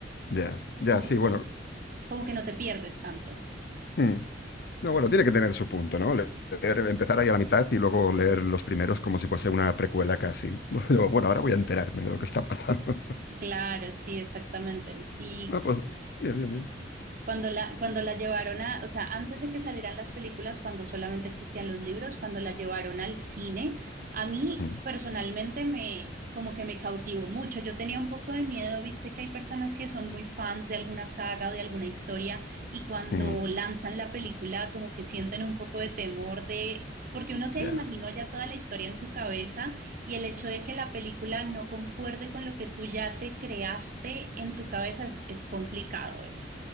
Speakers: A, on the left (about 55°); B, on the right (about 50°).
A: Ya, ya,
B: entonces
A: sí, bueno.
B: como que no te pierdes tanto.
A: mm. No, bueno, tiene que tener su punto, ¿no? Leer- empezar ahí a la mitad y luego leer los primeros como si fuese una precuela casi. <laughs> Yo, bueno, ahora voy a enterarme de lo que está pasando. <laughs>
B: Claro, sí, exactamente. Y
A: Ah, pues, bien, bien,
B: Cuando la, cuando la llevaron a, o sea, antes de que salieran las películas, cuando solamente existían los libros, cuando la llevaron al cine, a mí
A: bien.
B: personalmente me, como que me cautivó mucho. Yo tenía un poco de miedo, viste que hay personas que son muy fans de alguna saga o de alguna historia y cuando
A: Mm, mm,
B: lanzan la película como que sienten un poco de temor de... Porque uno se
A: Ya,
B: imaginó ya toda la historia en su cabeza y el hecho de que la película no concuerde con lo que tú ya te creaste en tu cabeza es, es complicado eso.